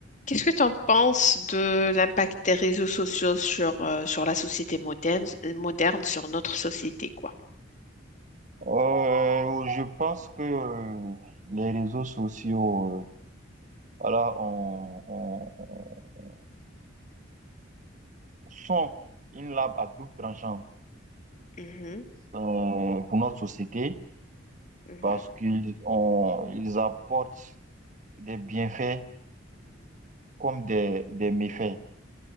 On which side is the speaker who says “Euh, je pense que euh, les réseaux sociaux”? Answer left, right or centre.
Right